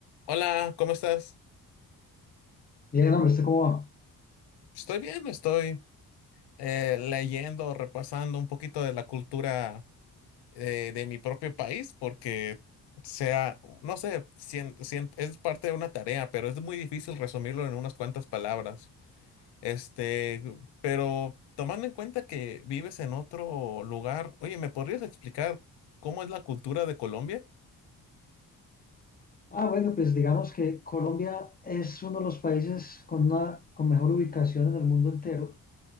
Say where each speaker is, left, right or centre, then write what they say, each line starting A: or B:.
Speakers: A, on the left (about 90°); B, on the left (about 25°).
A: Hola, ¿cómo estás?
B: Bien, hombre, ¿usted cómo va?
A: Estoy bien, estoy eh, leyendo, repasando un poquito de la cultura eh, de mi propio país, porque sea, no sé, sien- sien- es parte de una tarea, pero es muy difícil resumirlo en unas cuantas palabras. Este, pero tomando en cuenta que vives en otro lugar, oye, ¿me podrías explicar cómo es la cultura de Colombia?
B: Ah, bueno, pues digamos que Colombia es uno de los países con una con mejor ubicación en el mundo entero.